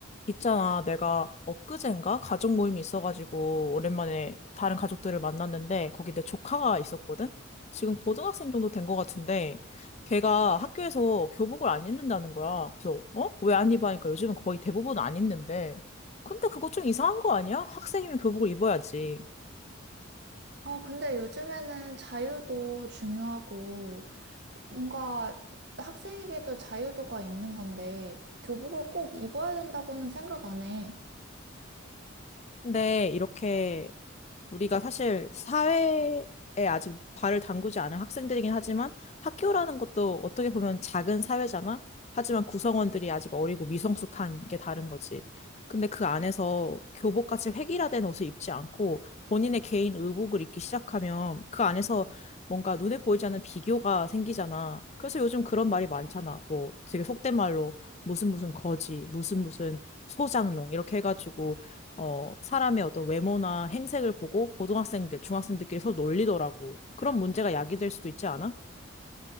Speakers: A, on the left (about 30°); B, on the right (about 55°).
A: 있잖아, 내가 엊그젠가 가족 모임이 있어가지고 오랜만에 다른 가족들을 만났는데 거기 내 조카가 있었거든? 지금 고등학생 정도 된 것 같은데 걔가 학교에서 교복을 안 입는다는 거야. 그래서 어? 왜 안 입어? 하니까 요즘은 거의 대부분 안 입는데 근데 그거 좀 이상한 거 아니야? 학생이면 교복을 입어야지.
B: 아, 근데 요즘에는 자유도 중요하고, 뭔가 학생에게도 자유도가 있는 건데, 교복을 꼭 입어야 된다고는 생각 안 해.
A: 근데 이렇게 우리가 사실 사회에 아직 발을 담그지 않은 학생들이긴 하지만 학교라는 것도 어떻게 보면 작은 사회잖아. 하지만 구성원들이 아직 어리고 미성숙한 게 다른 거지. 근데 그 안에서 교복같이 획일화된 옷을 입지 않고 본인의 개인 의복을 입기 시작하면 그 안에서 뭔가 눈에 보이지 않는 비교가 생기잖아. 그래서 요즘 그런 말이 많잖아. 뭐 되게 속된 말로 무슨 무슨 거지, 무슨 무슨 소장농 이렇게 해가지고 어, 사람의 어떤 외모나 행색을 보고 고등학생들, 중학생들끼리 서로 놀리더라고. 그런 문제가 야기될 수도 있지 않아?